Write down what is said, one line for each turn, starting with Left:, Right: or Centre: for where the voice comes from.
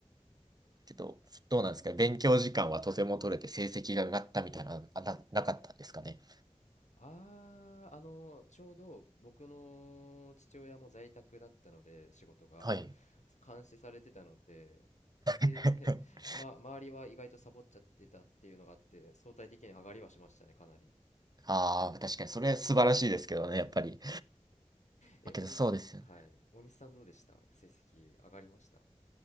Right: けど、どうなんですか勉強時間はとても取れて成績が上がったみたいな、あな、なかったんですかね。
Left: ああ、あの、ちょうど僕の父親も在宅だったので、仕事が
Right: はい。
Left: 監視されてたので、で、
Right: <laughs>
Left: <laughs> ま、周りは意外とサボっちゃってたっていうのがあって、相対的に上がりはしましたね、かなり。
Right: ああ、確かにそれ素晴らしいですけどね、やっぱり。
Left: え、
Right: まあけどそうですよね。
Left: 大西、はい、大西さんどうでした成績上がりました